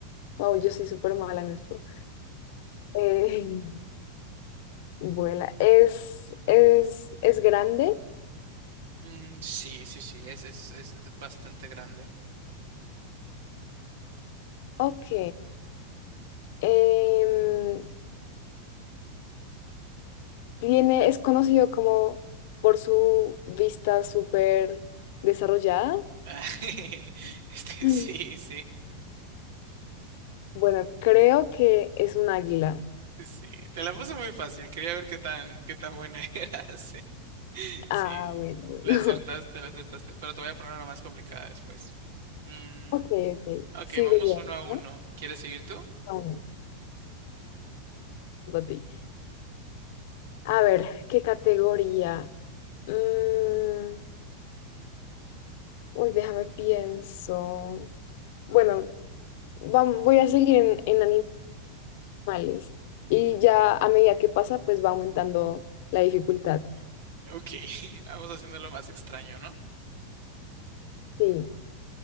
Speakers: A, on the left (about 60°); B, on the right (about 80°).
A: wow, yo soy súper mala en esto. Eh, <laughs> vuela. ¿Es, es, es grande?
B: Mm, sí, sí, sí, es, es, es bastante grande.
A: Ok. Em, tiene, es conocido como por su vista súper desarrollada.
B: <laughs> Este,
A: Mm.
B: sí, sí.
A: Bueno, creo que es un águila.
B: Sí, te la puse muy fácil. Quería ver qué tan, qué tan buena <laughs> eras. Sí,
A: Ah, bueno, bueno.
B: la
A: <laughs>
B: acertaste, la acertaste. Pero te voy a poner una más complicada después. Mm,
A: Ok, ok.
B: ok,
A: Sigo
B: vamos
A: yo,
B: uno a uno.
A: ¿no?
B: ¿Quieres seguir tú?
A: Ah, bueno, a ti. A ver, ¿qué categoría? Mm, Uy, déjame pienso. Bueno, vam- voy a seguir en, en animales. Y ya a medida que pasa, pues va aumentando la dificultad.
B: Ok, <laughs> vamos haciendo lo más extraño, ¿no?
A: Sí,